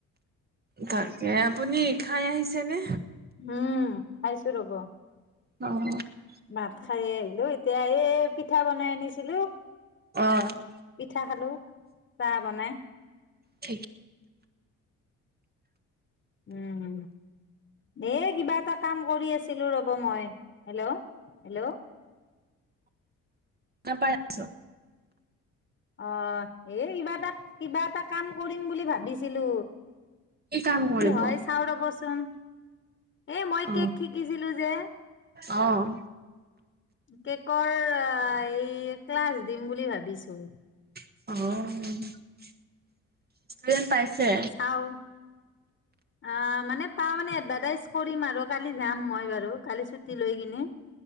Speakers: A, on the right; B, on the left.
A: তাকে আপুনি খাই আহিছেনে?
B: উম, খাইছো ৰ'ব।
A: অ'।
B: ভাত খাইয়ে আহিলো, এতিয়া এই পিঠা বনাই আনিছিলো।
A: অ'।
B: ঠা খালো, চাহ বনাই।
A: ঠিক
B: উম। এই কিবা এটা কাম কৰি আছিলোঁ ৰ'ব মই। Hello, hello.
A: নাপাই আছ
B: অ' এ কিবা এটা কিবা এটা কাম কৰিম বুলি ভাবিছিলো।
A: কাম কৰিব?
B: কি হয় চাও ৰ'বচোন। এ মই
A: অ
B: কেক শিকিছিলো যে
A: অ'।
B: কেকৰ, আ-এই ক্লাছ দিম বুলি ভাবিছো।
A: অ'। পাইছে
B: চাও আ, মানে পা মানে এডভাৰটাইজ কৰিম আৰু, কালি যাম মই বাৰু! কালি চুটি লৈ কিনে।